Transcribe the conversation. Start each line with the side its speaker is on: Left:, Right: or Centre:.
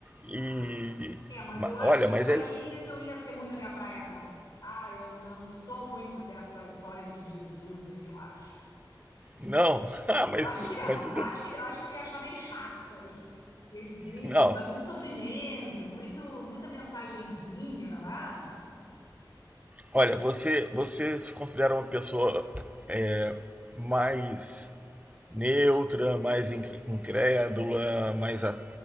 Right: E
Left: Ah. É, mas eu acho
Right: olha,
Left: que
Right: mas
Left: essa
Right: ele
Left: aí não ia ser muito a minha praia, não. Ah, eu não sou muito dessa história de Jesus aí, eu acho.
Right: não, <laughs> mas,
Left: Acho que não.
Right: mas tudo
Left: Acho que, acho que eu ia achar meio chato isso aí. Deles indo
Right: não,
Left: e tal. Muito sofrimento, muito, muita mensagenzinha, não é?
Right: Olha, você, você se considera uma pessoa é, mais neutra, mais inc- incrédula, mais a-